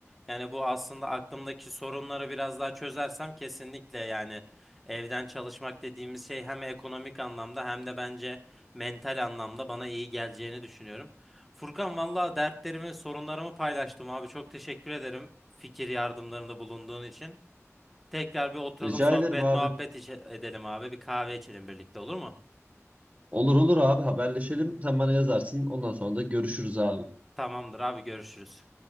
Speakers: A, in the centre; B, on the right (about 30°).
A: Yani bu aslında aklımdaki sorunları biraz daha çözersem kesinlikle yani evden çalışmak dediğimiz şey hem ekonomik anlamda hem de bence mental anlamda bana iyi geleceğini düşünüyorum. Furkan valla dertlerimi, sorunlarımı paylaştım abi. Çok teşekkür ederim fikir yardımlarında bulunduğun için. Tekrar bir oturalım
B: Rica
A: sohbet
B: ederim abi.
A: muhabbet içe- edelim abi. Bir kahve içelim birlikte olur mu?
B: Olur olur abi haberleşelim. Sen bana yazarsın. Ondan sonra da görüşürüz abi.
A: Tamamdır abi görüşürüz.